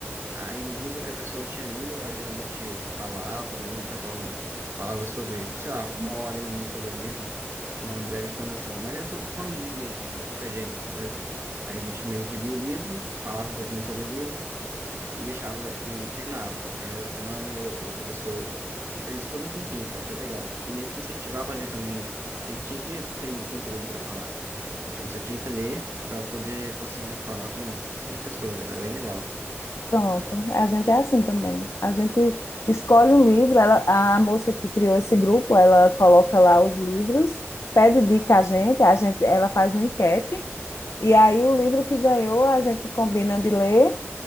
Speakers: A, on the right; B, on the left.
A: Aí o livro que a pessoa tinha lido, ela geralmente falava ali, trocava, falava sobre, sei lá, uma hora ali sobre o livro, uma breve explanação. Mas era só com amigos mesmo, era pouca gente, entendeu? Aí a gente meio que lia o livro, falava um pouquinho sobre o livro, e deixava e terminava. Aí na outra semana eu e outra pessoa. A gente fez isso por um tempinho, foi até legal. Que meio que incentivava a ler também, né? Porque a gente tinha que ter um conteúdo para falar. Então você tinha que ler para poder conseguir falar com, com as pessoas. Era bem legal.
B: Pronto, a gente é assim também. A gente escolhe um livro, ela, a moça que criou esse grupo, ela coloca lá os livros, pede dica a gente, a gente, ela faz uma enquete E aí o livro que ganhou a gente combina de ler